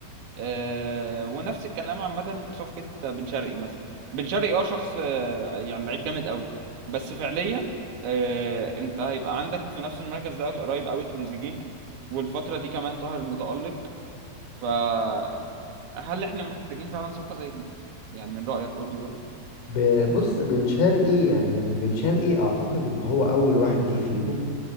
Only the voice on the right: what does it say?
أه ونفس الكلام عامه صفقه بن شرقي مثلا بن شرقي اه شخص آه، يعني لعيب جامد قوي بس فعليا أه انت هيبقى عندك في نفس المركز دوت قريب قوي تريزيجيه والفتره دي كمان طاهر متالق فهل احنا محتاجين فعلا صفقه زي دي يعني من رايك قول لي برضه